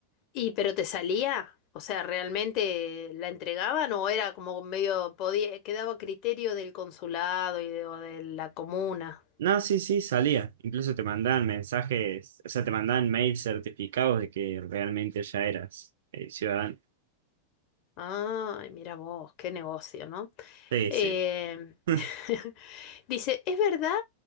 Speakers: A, on the left (about 40°); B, on the right (about 60°).
A: ¿Y pero te salía? O sea, ¿realmente la entregaban o era como medio podía, quedaba a criterio del consulado y de, o de la comuna?
B: No, sí, sí, salía. Incluso te mandaban mensajes, o sea, te mandaban mails certificados de que realmente ya eras eh, ciudadano.
A: Ay, mira vos, qué negocio, ¿no?
B: Sí,
A: Eh,
B: sí. <laughs>
A: <laughs> dice, ¿es verdad